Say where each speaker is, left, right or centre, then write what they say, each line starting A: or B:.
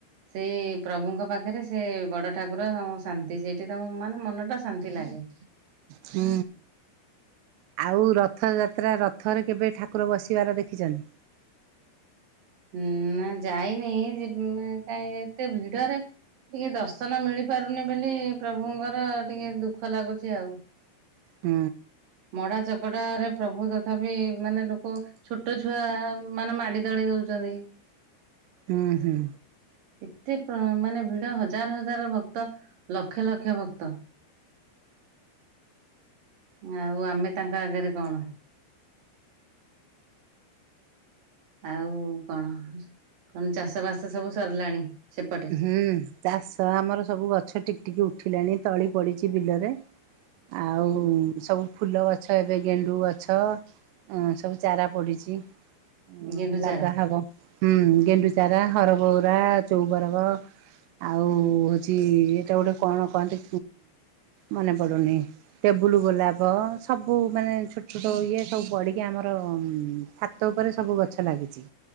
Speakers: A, on the right; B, on the right.
A: ସେଇ ପ୍ରଭୁଙ୍କ ପାଖରେ ସେ ବଡ ଠାକୁର ଶାନ୍ତି, ସେଇଠି ତମ ମାନେ ମନ ଟା ଶାନ୍ତି ଲାଗେ।
B: ହୁଁ। ଆଉ ରଥଯାତ୍ରା, ରଥରେ କେବେ ଠାକୁର ବସିବାର ଦେଖିଛନ୍ତି?
A: ହୁଁ- ନାଁ ଯାଇନି ଯି କାଇଁ ଏତେ ଭିଡରେ ଟିକେ ଦର୍ଶନ ମିଳି ପାରୁନି ବୋଲି, ପ୍ରଭୁଙ୍କର ଟିକେ ଦୁଃଖ ଲାଗୁଛି ଆଉ।
B: ହୁଁ।
A: ମଡା ଚକଟାରେ ପ୍ରଭୁ ତଥାପି, ମାନେ ଲୋକ ଛୋଟ ଛୁଆ ମାନେ ମାଡି ଦଳି ଦଉଛ ଛନ୍ତି।
B: ହୁଁ- ହୁଁ।
A: ଏତେ ମାନେ ଭିଡ, ହଜାର ହଜାର ଭକ୍ତ ଲକ୍ଷ ଲକ୍ଷ ଭକ୍ତ। ଆଉ ଆମେ ତାଙ୍କ ଆଗରେ କଣ? ଆଉ କଣ କଣ ଚାଷ ବାସ ସବୁ ସରିଲାଣି? ସେପଟେ
B: ହୁଁ ଚାଷ ଆମର ସବୁ ଗଛ ଟିକେ ଟିକେ ଉଠିଲାଣି। ତଳି ପଡିଛି ବିଲରେ, ଆଉ
A: ହୁଁ
B: ସବୁ ଫୁଲ ଗ ଛ ଏବେ ଗେଣ୍ଡୁ ଗଛ, ସବୁ ଚାରା ପଡ଼ିଛି। ଉଁ
A: ଗେଣ୍ଡୁଚାରା
B: ଲଗା ହବ, ହୁଁ ଗେଣ୍ଡୁଚାରା ହର ବଉରା ଚଉ ବରଗ ଆଉ ହଉଛି
A: ହୁଁ
B: ତାକୁ ଗୋଟେ କଣ କହନ୍ତି, ମନେ ପଡ଼ୁନେଇ ଟେବୁଲ୍ ଗୋଲାପ ସବୁ ମାନେ ଛୋଟ ଛୋଟ ଇଏ ସବୁ ପଡ଼ିକି ଆମର <unintelligible> ଛାତ ଉପରେ ସବୁ ଗଛ ଲାଗିଛି।